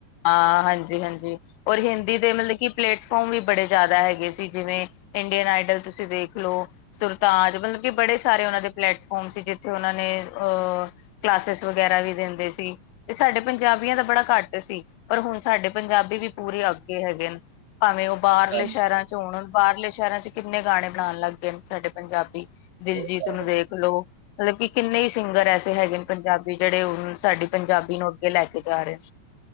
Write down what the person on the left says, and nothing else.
ਹਾਂ ਹਾਂਜੀ ਹਾਂਜੀ ਔਰ ਹਿੰਦੀ ਦੇ ਮਤਲਬ ਕਿ ਪਲੇਟਫਾਰਮ ਵੀ ਬੜੇ ਜ਼ਿਆਦਾ ਹੈਗੇ ਸੀ ਜਿਵੇਂ ਇੰਡੀਅਨ ਆਈਡਲ ਤੁਸੀਂ ਦੇਖ ਲਓ ਸੁਰਤਾਜ ਮਤਲਬ ਕਿ ਬੜੇ ਸਾਰੇ ਉਹਨਾਂ ਦੇ ਪਲੇਟਫੋਮ ਸੀ ਜਿੱਥੇ ਉਹਨਾਂ ਨੇ ਅਹ ਕਲਾਸਿਸ ਵਗੈਰਾ ਵੀ ਦਿੰਦੇ ਸੀ ਤੇ ਸਾਡੇ ਪੰਜਾਬੀਆਂ ਦਾ ਬੜਾ ਘੱਟ ਸੀ ਪਰ ਹੁਣ ਸਾਡੇ ਪੰਜਾਬੀ ਵੀ ਪੂਰੇ ਅੱਗੇ ਹੈਗੇ ਨੇ ਭਾਵੇਂ ਉਹ ਬਾਹਰਲੇ
ਸ਼ਹਿਰਾਂ ਚ ਚੋ ਹੋਣ ਬਾਹਰਲੇ ਸ਼ਹਿਰਾਂ ਚ ਕਿੰਨੇ ਗਾਣੇ ਬਣਾਉਣ ਲੱਗ ਗਏ ਹਨ ਸਾਡੇ ਪੰਜਾਬੀ ਦਿਲਜੀਤ
ਨੂੰ ਦੇਖ ਲਓ ਮਤਲਬ ਕਿ ਕਿੰਨੇ ਹੀ ਸਿੰਗਰ ਐਸੇ ਹੈਗੇ ਨੇ ਪੰਜਾਬੀ ਜਿਹੜੇ ਹ ਸਾਡੀ ਪੰਜਾਬੀ ਨੂੰ ਅੱਗੇ ਲੈ ਕੇ ਜਾ ਰਹੇ ਨੇ